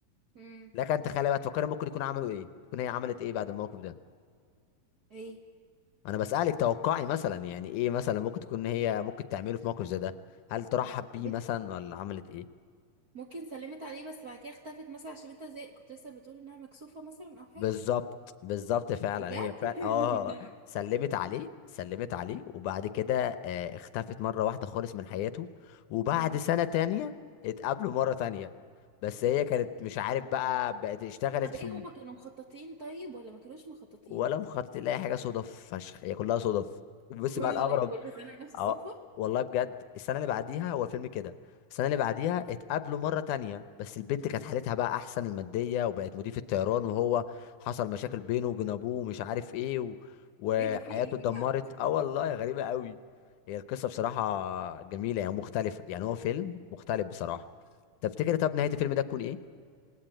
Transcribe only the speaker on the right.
امم
ايه
بت-
ممكن سلمت عليه بس بعد كده اختفت مثلا عشان انت زي كنت لسه بتقول انها مكسوفة مثلا او حاجة
بجد
<laughs>
مم.
طب ايه
هما كانوا مخططين طيب ولا ما كانوش مخططين
<laughs> كل
كل سنة نفس الصدفة
تمام.
ايه ده في ايه يا
جماعة